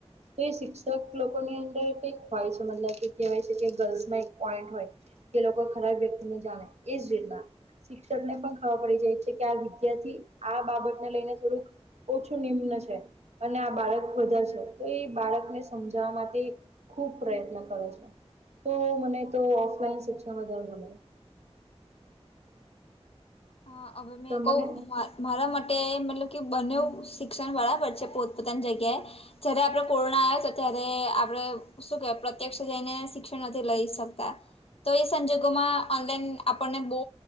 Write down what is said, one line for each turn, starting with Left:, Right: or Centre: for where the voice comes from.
Right: તો એ શિક્ષક લોકોની અંદર કઈક હોય છે, મતલબ કે કહેવાય છે કે ગર્લ્સમાં એક પોઈન્ટ હોય, કે લોકો ખરાબ વ્યક્તિને જાણે એ જ રીતના, શિક્ષક ને પણ ખબર પડી જાય છે, કે આ વિદ્યાર્થી આ બાબતને લઈને થોડુંક ઓછું નિમ્ન છે અને આ બાળક બધા છે તો એ બાળકને સમજાવવા માટે ખૂબ પ્રયત્ન કરે છે, તો મને તો ઓફલાઈન શિક્ષણ વધારે ગમે,
Left: હ અમને
Right: તમને
Left: ક્વ મારા માટે મતલબ કે બંને શિક્ષણ બરાબર છે, પોતપોતાની જગ્યાએ જયારે આપડે કોરોના આવ્યો ત્યારે આપડે શું કેવાય પ્રત્યક્ષ જઈને શિક્ષણ નથી લઈ શકતા, તો એ સંજોગોમાં ઓનલાઈન આપણને બહુ